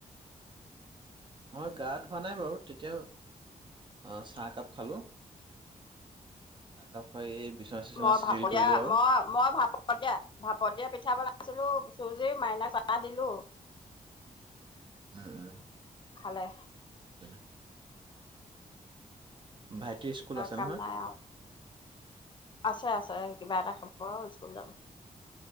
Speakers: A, on the right; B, on the left.
A: মই গা ধোৱা নাই বাৰু তেতিয়াও অ' চাহ একাপ খালো। চাহ একাপ খাই এই- বিচনা চিচনা
B: মই
A: চিজিল
B: ভাপ
A: কৰিলো
B: দিয়া,
A: আৰু
B: মই, মই ভাপত দিয়া, ভাপত দিয়া পিঠা বনা- আছিলো, চুজি মাইনাক চা হ দিলো।
A: উম-উম,
B: খালে
A: <unintelligible> ভাইটিৰ স্কুল আছে
B: কাম
A: নহয়?
B: নাই আৰু আছে আছে। কিবা এটা খাব আৰু স্কুল যাব।